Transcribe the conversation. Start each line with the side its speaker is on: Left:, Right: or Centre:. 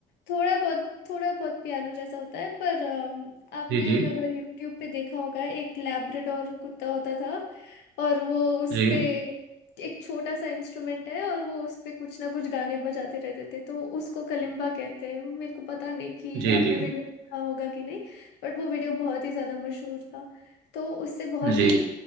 Left: थोड़ा बहुत थोड़ा बहुत पियानो जैसा होता है पर अम, आपने
Right: जी जी
Left: अगर यूट्यूब पे देखा होगा एक लैब्राडोर कुत्ता होता था और वो उस
Right: जी
Left: पे एक छोटा सा इंस्ट्रूमेंट है और वो उस पे कुछ ना कुछ गाने बजाते रहते थे तो उसको कलिम्बा कहते हैं मेरे को पता नहीं कि
Right: जी
Left: आपने
Right: जी
Left: वीडियो देखा होगा कि नहीं बट वो वीडियो बहुत ही ज़्यादा मशहूर था तो उससे बहुत
Right: जी
Left: ही